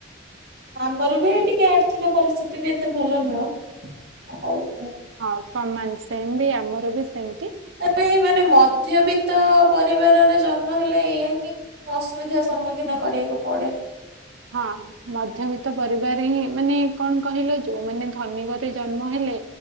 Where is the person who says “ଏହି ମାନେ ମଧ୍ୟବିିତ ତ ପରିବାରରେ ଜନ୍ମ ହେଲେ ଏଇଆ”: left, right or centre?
Right